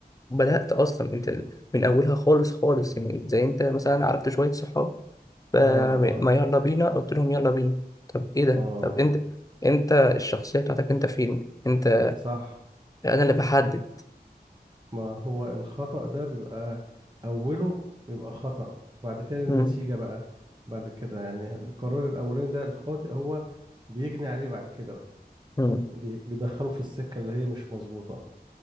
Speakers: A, on the left (about 20°); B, on the right (about 25°).
A: بدات اصلا انت من اولها خالص خالص يعني ازاي انت مثلا عرفت شويه صحاب فما
B: آه آه
A: يلا بينا قلت لهم يلا بينا طب ايه ده
B: آه
A: طب انت انت الشخصيه بتاعتك انت فين انت
B: صح
A: انا اللي بحدد
B: ما هو الخطأ ده بيبقى أوله بيبقى خطأ بعد كده النتيجة
A: مم.
B: بقى بعد كده يعني القرار الأولاني ده الخاطئ هو بيجني عليه بعد كده بقى.
A: مم.
B: بي- بيدخله في السكة اللي هي مش مظبوطة